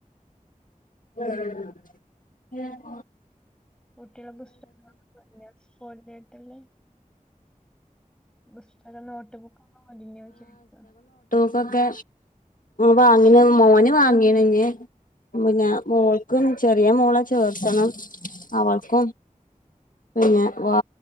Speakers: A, on the left; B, in the centre.
A: ഉ <unintelligible>
B: കുട്ടികള പുസ്തക വാങ്ങിതുടങ്ങിയോ സ്കൂളിലേക്കൊളെ പുസ്തകം നോട്ട് ബുക്കോ മലന്യ ചക്ക <unintelligible>
A: ൊക്കെ വാങ്ങി മോന് വാങ്ങിയണ ഇഞ്ഞ് പിന്നെ മോൾക്കും ചെറിയ മോളെ ചേർത്തണം അവൾക്കും- പിന്നെ വാ